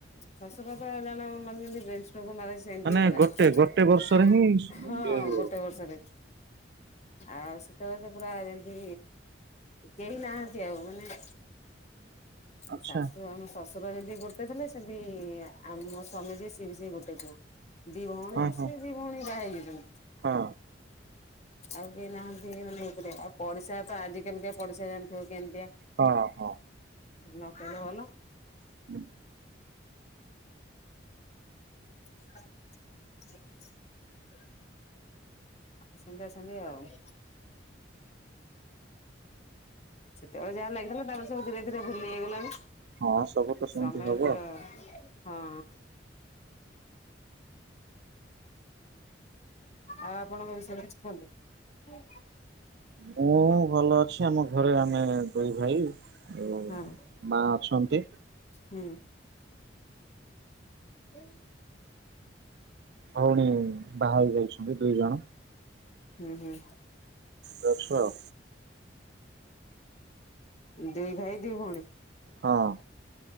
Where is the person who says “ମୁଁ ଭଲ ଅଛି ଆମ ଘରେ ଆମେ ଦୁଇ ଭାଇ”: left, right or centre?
Right